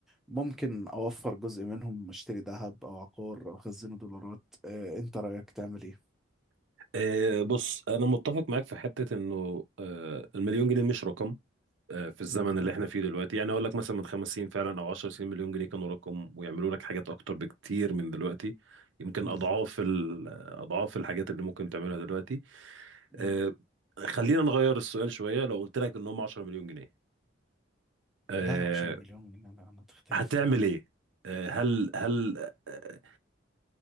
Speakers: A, in the centre; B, on the right.
A: ممكن اوفر جزء منهم اشتري ذهب او عقار او اخزنه دولارات آه انت رايك تعمل ايه؟
B: أه بص انا متفق معاك في حتة انه أه المليون جنيه مش رقم أه في الزمن
A: مم،
B: اللي احنا فيه دلوقتي يعني اقول لك مثلا من خمس سنين فعلا او عشر سنين مليون جنيه كانوا رقم ويعملوا لك حاجات اكتر بكتير من دلوقتي يمكن
A: بالظبط
B: اضعاف ال- اضعاف الحاجات اللي ممكن تعملها دلوقتي
A: مم.
B: أه خلينا نغير السؤال شوية لو قلت لك ان هم 10 مليون جنيه آه،
A: ده 10 مليون جنيه انا أنا تختلف
B: هتعمل ايه آه، هل هل آه،